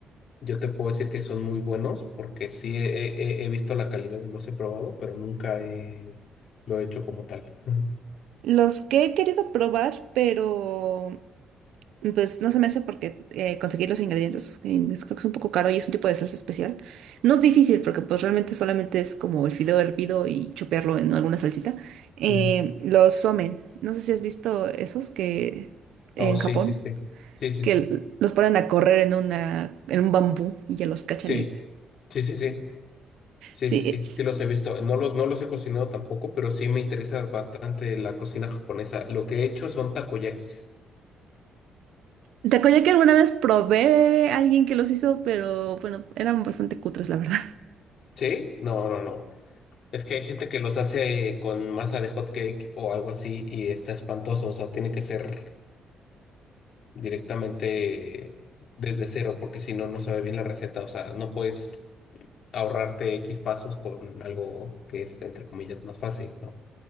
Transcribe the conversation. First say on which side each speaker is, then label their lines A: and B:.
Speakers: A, on the left; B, on the right.
A: yo te puedo decir que son muy buenos porque sí he, he- he visto la calidad y los he probado, pero nunca he- lo he hecho como tal. <laughs>
B: Los que he querido probar, pero pues no se me hace porque eh, conseguir los ingredientes eh, es- creo que es un poco caro y es un tipo de salsa especial. No es difícil porque pues realmente solamente es como el fideo hervido y chopearlo en alguna salsita. Eh,
A: Mm.
B: los somen, no sé si has visto esos que en
A: Oh, sí,
B: Japón,
A: sí, sí. Sí, sí,
B: que
A: sí.
B: l- los ponen a correr en una, en un bambú y ya los cachan
A: Sí.
B: y...
A: Sí, sí, sí, sí,
B: Sí,
A: sí, sí, sí los he visto. No los, no los he cocinado tampoco, pero sí me interesa bastante la cocina japonesa. Lo que he hecho son takoyakis.
B: te que alguna vez probé a alguien que los hizo, pero bueno, eran bastante cutres, la verdad.
A: ¿Sí? No, no, no. Es que hay gente que los hace con masa de hot cake o algo así y está espantoso. O sea, tiene que ser directamente desde cero, porque si no, no sabe bien la receta. O sea, no puedes ahorrarte X pasos con algo que es, entre comillas, más fácil, ¿no?